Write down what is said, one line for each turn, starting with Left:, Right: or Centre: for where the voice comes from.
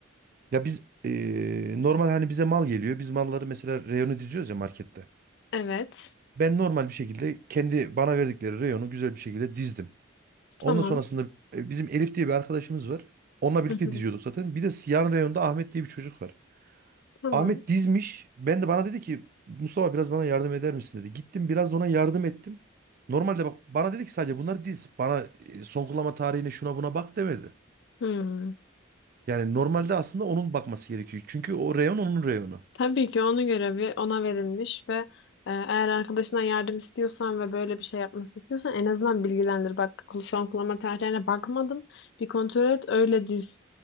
Right: Ya biz ee, normal hani bize mal geliyor. Biz malları mesela reyonu diziyoruz ya markette.
Left: Evet.
Right: Ben normal bir şekilde kendi bana verdikleri reyonu güzel bir şekilde dizdim.
Left: Tamam.
Right: Ondan sonrasında e, bizim Elif diye bir arkadaşımız var. Onunla birlikte
Left: Hı hı.
Right: diziyorduk zaten. Bir de yan reyonda Ahmet diye bir çocuk var.
Left: Tamam.
Right: Ahmet dizmiş. Ben de bana dedi ki Mustafa biraz bana yardım eder misin dedi. Gittim biraz da ona yardım ettim. Normalde bak bana dedi ki sadece bunları diz. Bana e, son kullanma tarihine şuna buna bak demedi.
Left: Hmm.
Right: Yani normalde aslında onun bakması gerekiyor. Çünkü o reyon onun reyonu.
Left: Tabii ki onun görevi ona verilmiş ve e, eğer arkadaşına yardım istiyorsan ve böyle bir şey yapmasını istiyorsan en azından bilgilendir. Bak kul- son kullanma tarihlerine bakmadım. Bir kontrol et öyle diz